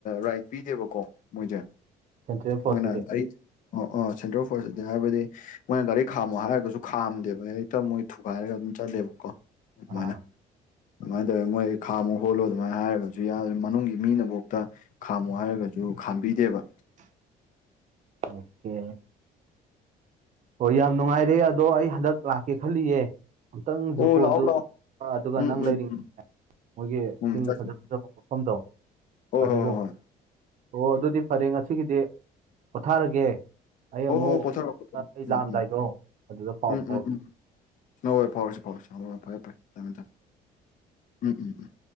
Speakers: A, on the left (about 50°); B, on the right (about 45°).
A: ꯔꯥꯏꯠ ꯄꯤꯗꯦꯕꯀꯣ ꯃꯣꯏ
B: ꯁꯦꯟꯇ꯭ꯔꯦꯜ ꯐꯣꯔꯁꯇꯗꯤ
A: ꯃꯣꯏꯅ ꯑꯩ ꯁꯦꯟꯇꯔ ꯐꯣꯔ ꯑꯗꯨ ꯍꯥꯏꯕꯗꯤ ꯃꯣꯏꯅ ꯒꯥꯔꯤ ꯈꯥꯝꯃꯣ ꯍꯥꯏꯔꯒꯁꯨ ꯈꯥꯝꯗꯦꯕ ꯍꯦꯛꯇ ꯃꯣꯏ ꯊꯨꯒꯥꯏꯔꯒ ꯑꯗꯨꯝ ꯆꯠꯂꯦꯕꯀꯣ
B: ꯑꯥ
A: ꯃꯥꯅ ꯑꯗꯨꯃꯥꯏꯅ ꯇꯧꯋꯦ ꯃꯣꯏ ꯈꯥꯝꯃꯣ ꯍꯣꯠꯂꯣ ꯑꯗꯨꯃꯥꯏꯅ ꯍꯥꯏꯔꯒꯁꯨ ꯌꯥ ꯃꯅꯨꯡꯒꯤ ꯃꯤꯅꯐꯧꯇ ꯈꯥꯝꯃꯣ ꯍꯥꯏꯔꯒꯁꯨ ꯈꯥꯝꯕꯤꯗꯦꯕ
B: ꯗ ꯑꯣꯀꯦ ꯍꯣꯏ ꯌꯥꯝ ꯅꯨꯡꯉꯥꯏꯔꯦ ꯑꯗꯣ ꯑꯩ ꯍꯟꯗꯛ ꯂꯥꯛꯀꯦ ꯈꯜꯂꯤꯌꯦ ꯑꯃꯨꯛꯇꯪ ꯖꯨꯀꯣꯁꯨ
A: ꯑꯣ ꯂꯥꯛꯑꯣ ꯂꯥꯛꯑꯣ
B: ꯑꯗꯨꯒ
A: ꯎꯝ
B: ꯅꯪ
A: ꯎꯝ
B: ꯂꯩꯔꯤ
A: ꯎꯝ
B: ꯃꯣꯏꯒꯤ
A: ꯎꯝ
B: ꯆꯤꯡ
A: ꯆꯠꯁꯤ
B: ꯐꯖ ꯐꯖꯕ ꯃꯐꯝꯗꯣ
A: ꯍꯣꯏ
B: ꯑꯗꯨ
A: ꯍꯣꯏ
B: ꯑꯗꯨꯝ
A: ꯍꯣꯏ
B: ꯑꯣ ꯑꯗꯨꯗꯤ ꯐꯔꯦ ꯉꯁꯤꯒꯤꯗꯤ ꯄꯣꯊꯥꯔꯒꯦ ꯑꯩ
A: ꯍꯣ
B: ꯑꯃꯨꯛ
A: ꯍꯣ ꯄꯣꯊꯥꯔꯣ ꯄꯣꯊꯔꯣ
B: ꯑꯩ
A: ꯎ
B: ꯂꯥꯛꯑꯝꯗꯥꯏꯗꯣ
A: ꯎꯝ
B: ꯑꯗꯨꯗ ꯄꯥꯎ
A: ꯎꯝ ꯎꯝ
B: ꯐꯥꯎꯔꯛꯀꯦ
A: ꯎꯝ ꯎꯝ ꯍ ꯍꯣꯏ ꯐꯥꯎꯔꯁꯤ ꯐꯥꯎꯔꯁꯤ ꯍ ꯐꯔꯦ ꯐꯔꯦ ꯊꯝꯃꯦ ꯊꯝꯃꯦ ꯎꯝ ꯎꯝ ꯎꯝ